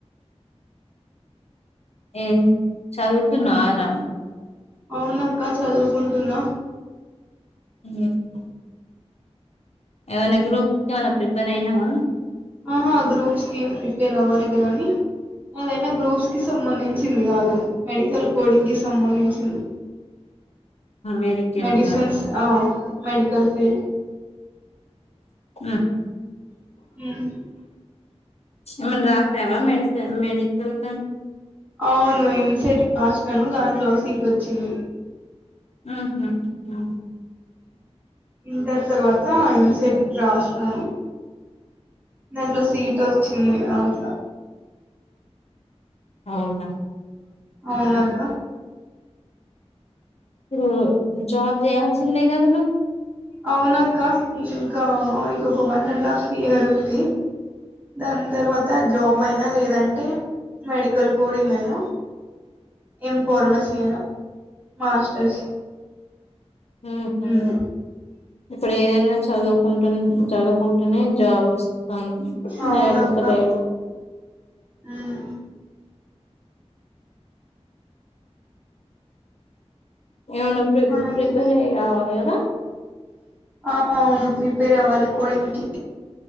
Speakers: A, on the left; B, on the right.
A: ఏన్ చదువుతున్నవారా
B: అవునక్క చదువుకుంటున్నా
A: మ్మ్ ఏమైనా గ్రూప్ ఏమన్నా ప్రిపేర్ అయినవా
B: ఆహా గ్రూప్స్కి ఏం ప్రిపేర్ అవ్వలేదు గని ఏదైనా గ్రూప్స్ కి సంబంధించి చింది కాదు మెడికల్ కోడింగ్ కి సంబంధించింది
A: మెడికల్
B: మెడిసిన్స్
A: దా
B: ఆ మెడి కల్ ఫీల్డ్
A: ఉహు
B: హ్మ్
A: ఏమన్న రాసావా మెడిసెన్ మెడికల్ కో
B: అవును ఏంసెట్ రాసినను దాంట్లో సీట్ వచ్చింది
A: మ్మ్ హు ఓ
B: ఇంటర్ తర్వాత ఎంసెట్ రాసినను దాంట్లో సీట్ వచ్చింది ఆట్ల
A: అవునా
B: అవునక్కా
A: ఇప్పుడు రో జాబ్ చేయాల్సిందే కదా
B: అవునక్క ఇంకా ఇంకొక వన్ అండ్ హాఫ్ ఇయర్ ఉంది దాని తర్వాత జాబ్ అయినా లేదంటే మెడికల్ కోడింగ్ అయినా ఎం ఫార్మసీ అయినా మాస్టర్స్
A: ఉమ్మ్ ఉహూ
B: ఉమ్
A: ఇప్పుడేదన్నా చదువు ఉంటుంది చదువుకొంటానే జాబొస్ అన్
B: అవునక్క
A: లేకపోతే <inaudible>
B: ఉమ్
A: ఏమైనా ప్రి
B: మనకి
A: ప్రిపేర్ అయ్యి రావాలి గదా
B: ఆ అవును ప్రిపేర్ అవ్వాలి కోడింగ్ కి